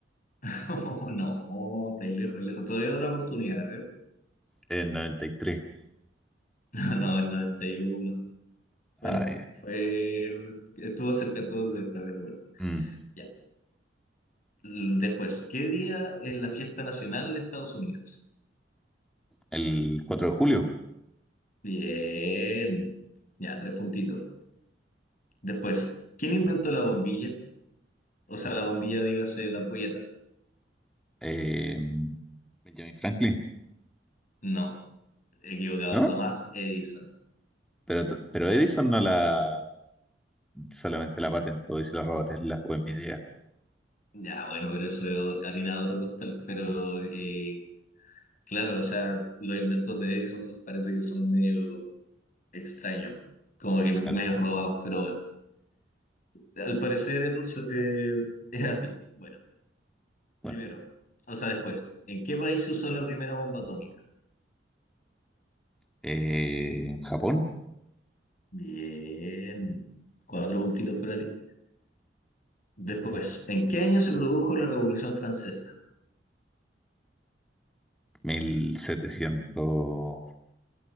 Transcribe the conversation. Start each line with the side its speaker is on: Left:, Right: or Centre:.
Left: <laughs> Oh, no, estáis lejos, lejos. Todavía otra oportunidad, a ver.
Centre: en 93.
Left: <laughs> No, no, el 91. Bueno,
Centre: Ay,
Left: fue... Estuvo cerca, estuvo cerca, pero bueno.
Centre: mm,
Left: Ya. L- Después, ¿qué día es la fiesta nacional de Estados Unidos?
Centre: el 4 de julio.
Left: Bien, ya, tres puntitos. Después, ¿quién inventó la bombilla? O sea, la bombilla, dígase, la ampolleta.
Centre: eh, Benjamin Franklin,
Left: No, equivocado,
Centre: ¿no?
Left: Tomás Edison.
Centre: Pero, pero Edison no la solamente la patentó y se la robó a Tesla, o es mi idea.
Left: Ya, bueno, pero eso es harina de otro costal, pero eh, claro, o sea, los inventos de Edison son- parece que son medio extraños, como que medio
Centre: Claro.
Left: robados, pero bueno, al parecer entonces eh, es así. Bueno. Primero,
Centre: Bueno,
Left: o sea, después, ¿en qué país se usó la primera bomba atómica?
Centre: eh, en Japón,
Left: Bien, cuatro puntitos para ti. Después, ¿en qué año se produjo la Revolución Francesa?
Centre: mil setecientos